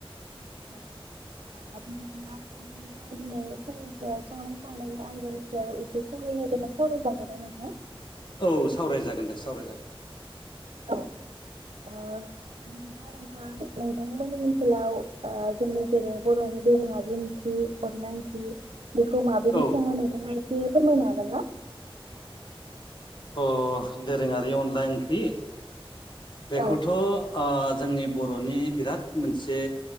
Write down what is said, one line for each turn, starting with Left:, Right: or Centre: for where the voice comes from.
Right: <unintelligible> <unintelligible> बिदिब्ला नोंथांजों आं दिनै संनाय खावनायनि आयदानि सायाव एसे सावरायनो दे बिदिब्ला सावरायजागोनना नोंथां?
Left: औ सावरायजागोन दे सावरायजागोन
Right: औ ओ बिदिब्ला नोंथां नोंथांमोननि ओनसोलाव ओ जोंनि जेरै बर' <unintelligible> <unintelligible> अनला ओंख्रि बेखौ माबायदि
Left: औ
Right: सङो नोंथाङा एसे फोरमायनो हागोन ना?
Left: अ दोरोङारि अनला ओंख्रि बेखौथ'
Right: औ
Left: जोंनि बर'नि बिराद मोनसे